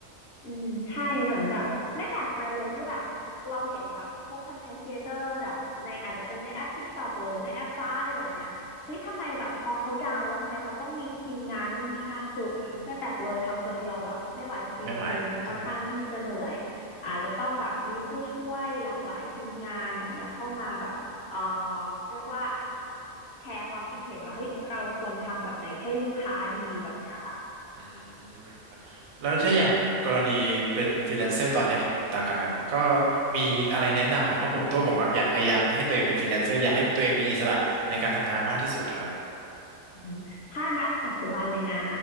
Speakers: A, on the left; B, on the right.
A: อืมใช่เหมือนแบบไม่แปลกใจเลยที่แบบเราเห็นแบบพวกคอนเทนต์ครีเอเตอร์แบบในอาจจะเป็นในแอป TikTok หรือในแอปฟ้าอะไรแบบเนี้ยเฮ้ยทำไมแบบพอเขาดังแล้วทำไมเขาต้องมีทีมงานนู่นนี่นั่นคือไม่แปลกเลยทำคนเดียวแบบไม่ไหวจริงคือมันค่อนข้างที่จะเหนื่อย
B: อืมไม่ไหวใช่
A: อาจจะต้องแบบมีผู้ช่วยหลากหลายทีมงานแบบเนี้ยเข้ามาแบบเอ่อเรียกว่าแชร์ความคิดเห็นว่าเฮ้ยเราควรทำแบบไหนให้ลูกค้าดีแบบเนี้ยค่ะ
B: อืมครับแล้วถ้าอย่างกรณีเป็นฟรีแลนเซอร์ตอนเนี้ยของคุณตั๊กอะครับก็มีอะไรแนะนำไหมเพราะผมตัวผมอะอยากพยายามให้ตัวเองเป็นฟรีแลนเซอร์อยากให้ตัวเองมีอิสระในการทำงานมากที่สุดอะครับผม
A: อืมถ้านับปัจจุบันเลยนะ